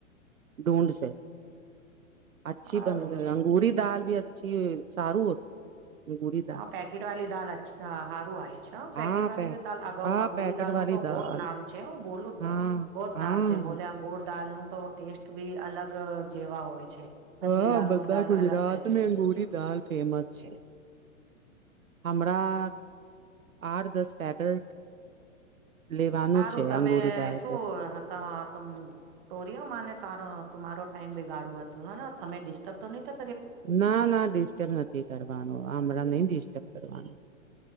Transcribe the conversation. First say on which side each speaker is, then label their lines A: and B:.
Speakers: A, on the right; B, on the right.
A: ઢૂંઢશે. અચછી
B: હારું
A: બન અંગૂરી દાલ. પછી સારું. અંગૂરી દાલ
B: હા પેકેટ વાળલી દ સારું આવે છે પેકેટ
A: હા
B: વાળી
A: પે
B: દ
A: હા
B: અગોરી
A: પેકેટ
B: દાલનુંું
A: વાલી
B: તો
A: દાલ
B: બહત નામ છે હું બોલું
A: હા
B: બહત
A: હા
B: નામ છે બોલે અંગોર. દાલ નું તો ટેસ્ટ બી અલગ જેવા હોય. છે
A: હા
B: બધી દાલ
A: બધા
B: નો દાલ
A: ગુજરાત
B: અલગ ટેસ્ટ
A: મે અંગુરી
B: હોય છે
A: દાલ ફેમસ છે. અમણા આઠ દસ પેકેટ લેવાનું
B: હારું
A: છે
B: તમે
A: અંગૂરી દાલ
B: શું ત ત સોર્યો મને તારો તમારો ટાઈમ બિગાડુ હતું, હેંને તમે ડિસ્ટર્બ તો નઈ થ
A: ના, ના ડિસ્ટર્બ નથી કરવાનું, અમણાં નઈ ડિસ્ટર્બ કરવાના,